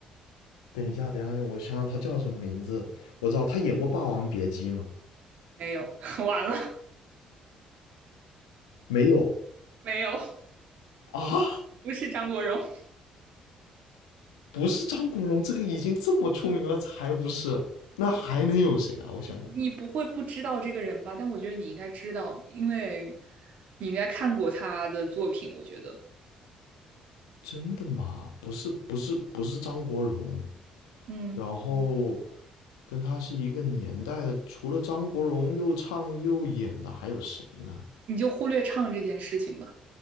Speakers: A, on the left; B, on the right.
A: 等一下，等一下，我想想他叫什么名字。我知道他演过《霸王别姬》吗？
B: 没有？<laughs> 完了
A: 没有
B: 没有？
A: 啊，
B: 不是张国荣，
A: 不是张国荣，这个已经这么出名了，才不是？那还能有谁啊？我想想，
B: 你不会不知道这个人吧？但我觉得你应该知道，因为你应该看过他的作品。我觉得，
A: 真的吗？不是，不是，不是张国荣。
B: 嗯
A: 然后跟他是一个年代的，除了张国荣又唱又演的，还有谁呢？
B: 你就忽略唱这件事情吧，